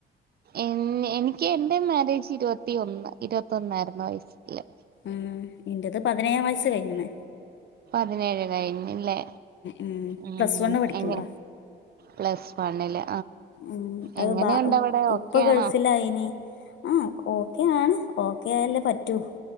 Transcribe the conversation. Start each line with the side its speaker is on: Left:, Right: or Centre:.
Right: എഞ് എനിക്ക് എന്റെ മാരേജ് ഇരുപത്തിയൊന്ന് ഇരുപതൊന്നായിരുന്നു വയസ്സില്
Left: മ് ഇൻ്റെത് പതിനേഴാം വയസ്സ് കഴിഞ്ണ്
Right: പതിനേഴ് കഴിഞ്ഞില്ലേ
Left: ഉം
Right: ഉം
Left: പ്ലസ് വണ്ണ് പഠിക്കുമ്പളാ
Right: എങ്ങെ പ്ലസ് വണ്ണില്
Left: ഉം അത്
Right: എങ്ങനെയുണ്ട്
Left: ബാ
Right: അവിടെ
Left: ഉപ്പ
Right: ഓക്കെയാണോ
Left: ഗൾഫിലായിന് ആ ഓക്കെയാണ് ഓക്കെ ആയല്ലേ പറ്റൂ